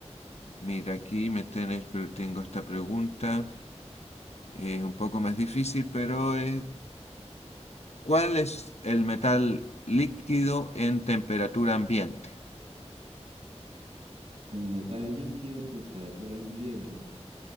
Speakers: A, on the left; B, on the right.
A: mira, aquí me tenés, pero tengo esta pregunta. Es un poco más difícil, pero eh, ¿cuál es el metal líquido en temperatura ambiente?
B: El metal líquido en temperatura ambiente,